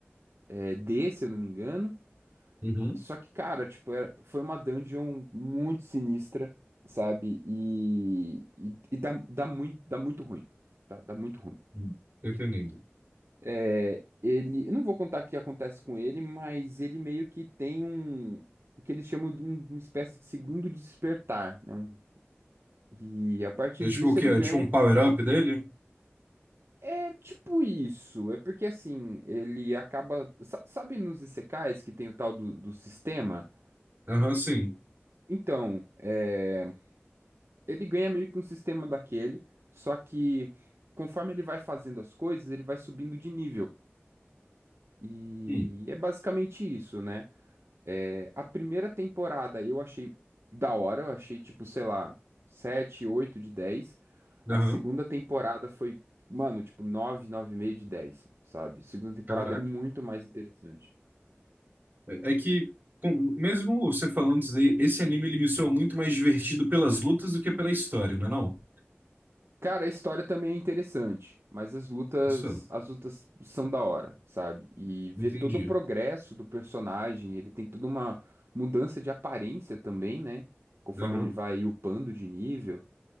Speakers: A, on the right; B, on the right.
A: eh, D, se eu não me engano.
B: uhum.
A: Só que, cara, tipo, era- foi uma dungeon muito sinistra, sabe? E, e, e dá, dá muito, dá muito ruim. Tá? Dá muito ruim.
B: Hum, Tô entendendo.
A: É, ele, eu não vou contar o que acontece com ele, mas ele meio que tem um, o que eles chamam de um- uma espécie de segundo despertar, né? Um E a partir
B: É tipo
A: disso
B: o que
A: ele
B: é?
A: ganha.
B: Tipo um power-up dele?
A: É tipo isso. É porque assim, ele acaba. sa- Sabe nos Isekais que tem o tal do, do sistema?
B: Aham, sim.
A: Então, é, ele ganha meio que um sistema daquele, só que conforme ele vai fazendo as coisas, ele vai subindo de nível. E
B: Hum,
A: é basicamente isso, né? É, a primeira temporada eu achei da hora, eu achei tipo, sei lá, 7 8 de dez A
B: Aham,
A: segunda temporada foi, mano, tipo 9, meio de dez sabe? A segunda temporada
B: Caraca.
A: é muito mais interessante.
B: É, é que, com- mesmo você falando isso daí, esse anime ele me soa muito mais divertido pelas lutas do que pela história, não é não?
A: Cara, a história também é interessante, mas as lutas,
B: Isso,
A: as lutas são da hora, sabe? E ver
B: entendi.
A: todo o progresso do personagem, ele tem toda uma mudança de aparência também, né? Conforme
B: Aham,
A: ele vai upando de nível.